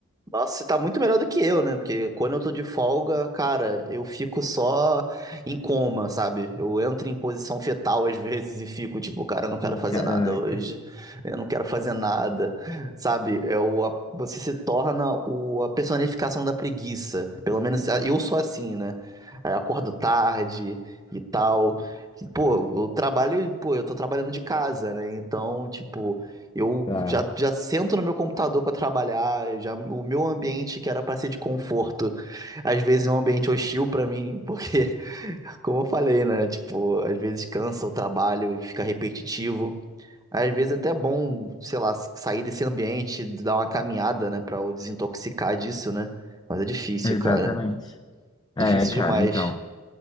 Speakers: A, on the right (about 15°); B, on the left (about 20°).
A: Nossa, você tá muito melhor do que eu, né? Porque quando eu tô de folga, cara, eu fico só em coma, sabe? Eu entro em posição fetal às vezes e fico tipo, cara, eu não quero
B: Hum,
A: fazer
B: Caraca.
A: nada hoje. Eu não quero fazer nada, sabe? É o, a- você se torna o, a personificação da preguiça. Pelo menos ah, eu sou assim, né? Aí eu acordo tarde e tal. E, pô, eu trabalho, pô, eu tô trabalhando de casa, né? Então, tipo. Eu
B: Claro.
A: já, já sento no meu computador para trabalhar, já o meu ambiente que era para ser de conforto, às vezes é um ambiente hostil para mim, <laughs> porque, como eu falei, né? Tipo, às vezes cansa o trabalho e fica repetitivo. Às vezes é até bom, sei lá, sair desse ambiente, dar uma caminhada, né, para desintoxicar disso, né? Mas é difícil,
B: Exatamente.
A: cara.
B: É,
A: Difícil
B: cara,
A: demais.
B: então.